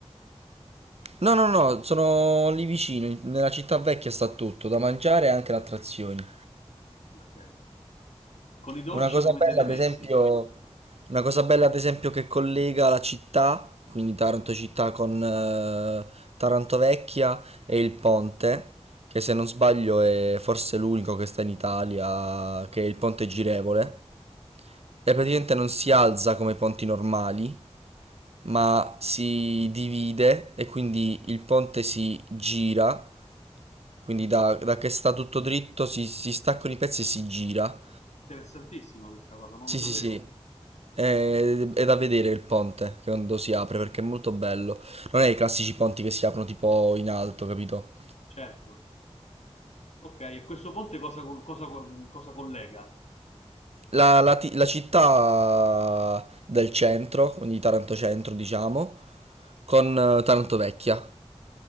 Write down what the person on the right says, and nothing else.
No, no, no, sono lì vicino, in- nella Città Vecchia sta tutto, da mangiare e anche le attrazioni.
Una cosa
bella,
ad esempio, una cosa bella, ad esempio, che collega la città, quindi Taranto città con eh, Taranto Vecchia e il ponte, che se non sbaglio è forse l'unico che sta in Italia, che è il ponte girevole. E praticamente non si alza come i ponti normali, ma si divide e quindi il ponte si gira, quindi da, da che sta tutto dritto si, si staccano i pezzi e si gira.
Sì,
sì, sì.
È, è da vedere il ponte che quando si apre perché è molto bello. Non è i classici ponti che si aprono tipo in alto, capito?
La, la ti- la città del centro, quindi Taranto centro, diciamo, con eh, Taranto vecchia.